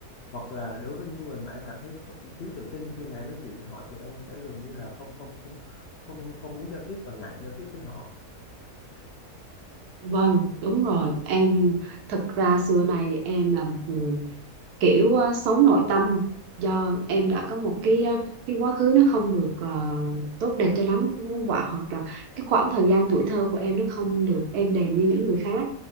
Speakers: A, on the left; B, on the right.
A: hoặc là đối với những người mà em cảm thấy kh- thiếu tự tin khi mà em nói chuyện với họ thì em sẽ gần như là không không không không không muốn giao tiếp và ngại giao tiếp với họ
B: Vâng, đúng rồi. Em thật ra xưa này em là một người kiểu ờ, sống nội tâm do em đã có một cái ờ, cái quá khứ nó không được ờ, tốt đẹp cho lắm và hoặc là cái khoảng thời gian tuổi thơ của em nó không được êm đềm như những người khác